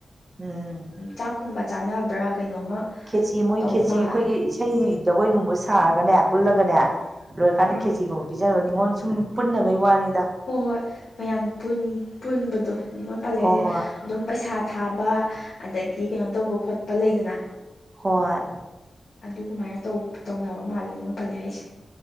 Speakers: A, on the right; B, on the left.
A: ꯎꯝ
B: ꯆꯥꯛꯀꯨꯝꯕ ꯆꯥꯅꯕ꯭ꯔꯥ ꯀꯩꯅꯣꯝꯃ
A: ꯈꯦꯆꯤ ꯃꯣꯏ
B: ꯇꯧꯕ
A: ꯈꯦꯆꯤ
B: ꯃꯥꯜꯂꯦ
A: ꯑꯩꯈꯣꯏꯒꯤ ꯏꯁꯩꯗꯒꯣꯏ ꯅꯨꯡꯕ ꯁꯥꯔꯒꯅꯦ ꯄꯨꯜꯂꯒꯅꯦ ꯂꯣꯏꯔꯀꯥꯟꯗ
B: ꯎꯝ
A: ꯈꯦꯁꯤꯒꯨꯝꯕ ꯄꯤꯖꯅꯕ ꯅꯤꯉꯣꯟꯜ ꯁꯨꯝ ꯄꯨꯟꯅꯕꯩ ꯋꯥꯅꯤ
B: ꯍꯣꯏ ꯍꯣꯏ ꯃꯌꯥꯝ ꯄꯨꯟꯕꯗꯣ ꯅꯤꯉꯣꯜ ꯄꯥꯜꯂꯁꯦ
A: ꯍꯣꯏ ꯍꯣꯏ
B: ꯑꯗꯨꯝ ꯄꯩꯁꯥ ꯊꯥꯕ ꯑꯗꯒꯤ ꯀꯩꯅꯣ ꯇꯧꯕ ꯈꯣꯠꯄ ꯄ ꯂꯩꯗꯅ
A: ꯍꯣꯏ
B: ꯑꯗꯨꯃꯥꯏꯅ ꯇꯧꯅꯕ ꯃꯥꯜꯂꯦ ꯉꯣꯟ ꯄꯜꯂꯤꯂꯤꯌꯥ ꯍꯥꯏꯁꯦ